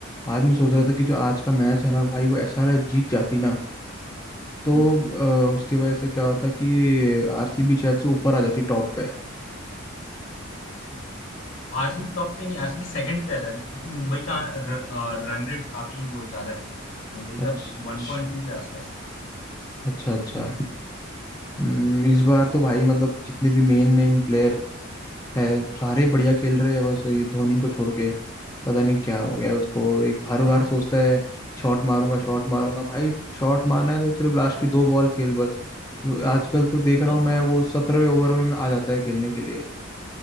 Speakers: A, on the left; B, on the left.
A: आज मैं सोच
B: हम्म
A: रहा था कि जो आज का मैच है ना भाई वो ऐसा रहा जीत जाती ना तो
B: हम्म
A: अ, उसकी वजह से क्या होता है कि आरसीबी शायद से ऊपर आ जाती टॉप पे
B: आरसीबी टॉप पे नहीं आरसीबी सेकंड पे आ जाती क्योंकि मुंबई का रन रेट काफी वो ज्यादा है मुंबई
A: अच्छा
B: का 1.2 के आसपास है
A: अच्छा अच्छा हम्म, इस बार तो भाई मतलब जितने भी मेन मेन प्लेयर है सारे बढ़िया खेल रहे हैं बस ये धोनी को छोड़ के पता नहीं क्या हो गया है उसको एक हर बार
B: अब
A: सोचता है शॉट मारूंगा शॉट मारूंगा भाई शॉट मारना है तो सिर्फ लास्ट की दो बॉल खेल बस तो आजकल तो देख रहा
B: नहीं
A: हूँ मैं वो सत्रहवें ओवर में में आ जाता है खेलने के लिए